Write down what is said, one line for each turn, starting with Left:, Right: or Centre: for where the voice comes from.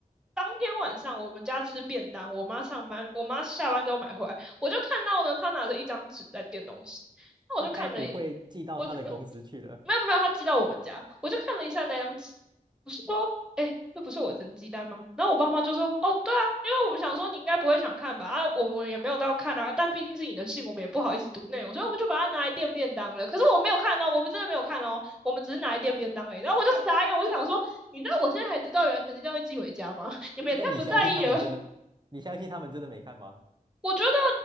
Centre: 当天晚上我们家吃便当，我妈上班，我妈下班之后买回来，我就看到呢，她拿着一张纸在垫东西。那我就看了
Right: 他该不会寄到他的公司去了？
Centre: 我就没有没有，他寄到我们家，我就看了一下那张纸，我是说，哎、那不是我成绩单吗？然后我爸妈就说，哦，对啊，因为我们想说你应该不会想看吧，啊，我们也没有到看啊，但毕竟是你的信，我们也不好意思读内容，所以我们就把它拿来垫便当了。可是我没有看哦，我们真的没有看哦，我们只是拿来垫便当而已。然后我就 <laughs> 傻眼，我就想说，你知道我现在才知道原来成绩单会寄回家吗？<laughs> 你们也太不在意了
Right: 但但你相信他们真的？你相信他们真的没看吗？
Centre: 我觉得